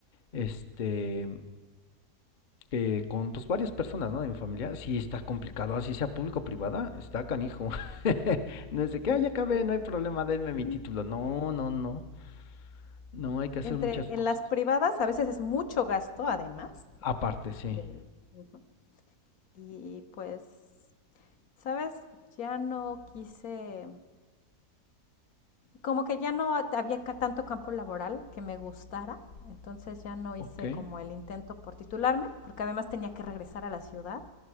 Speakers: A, on the left; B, on the left.
A: este, eh, con pues, varias personas, ¿no? De mi familia, sí está complicado, así sea público o privada, está canijo. <laughs> No es de que,
B: Sí.
A: ah, ya acabé, no hay problema, denme mi
B: Ujú.
A: título. No, no, no. No, hay que hacer
B: Entre
A: muchas
B: en
A: cosas.
B: las privadas a veces es mucho gasto, además,
A: Aparte, sí.
B: de, Ujú. y pues ¿Sabes? Ya no quise, como que ya no había ca- tanto campo laboral que me gustara, entonces ya no hice
A: Ok.
B: como el intento por titularme, porque además tenía que regresar a la ciudad